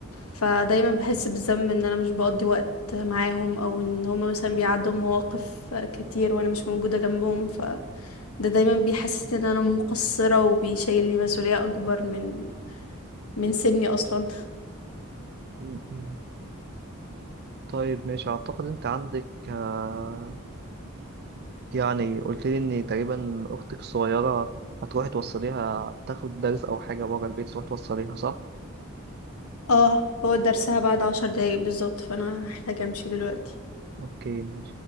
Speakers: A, on the left (about 80°); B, on the right (about 45°).
A: فدايما بحس بالذنب ان انا مش بقضي وقت معاهم او ان هما مثلا بيعدوا مواقف كتير وانا مش موجودة جنبهم فده دايما بيحسسني ان انا مقصرة وبيشيلني مسؤولية اكبر من من سني اصلا
B: م- م. طيب ماشي أعتقد أنت عندك آه، يعني قلت لي ان تقريبا اختك الصغيره هتروحي توصليها تاخد درس او حاجه بره البيت تروحي توصليها صح
A: اه هو درسها بعد عشر دقايق بالظبط فانا هحتاج امشي دلوقتي
B: اوكي